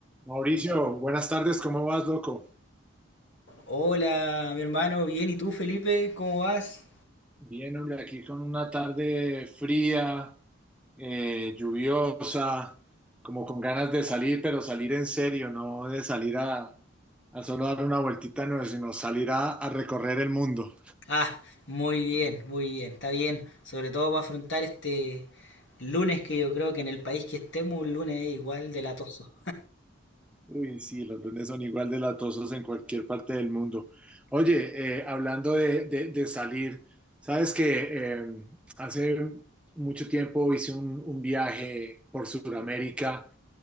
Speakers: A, in the centre; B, on the left.
A: Mauricio, buenas tardes, ¿cómo vas, loco?
B: Hola, mi hermano, bien, ¿y tú, Felipe? ¿Cómo vas?
A: Bien, hombre, aquí con una tarde fría, eh, lluviosa, como con ganas de salir, pero salir en serio, no de salir a, a solo dar una vueltita, no, sino salir a, a recorrer el mundo.
B: Ah, muy bien, muy bien, está bien, sobre todo para afrontar este lunes que yo creo que en el país que estemos, un lunes es igual de latoso.
A: Uy, sí, los lunes son igual de latosos en cualquier parte del mundo. Oye, eh, hablando de, de- de salir, sabes que eh, hace mucho tiempo hice un, un viaje por Sudamérica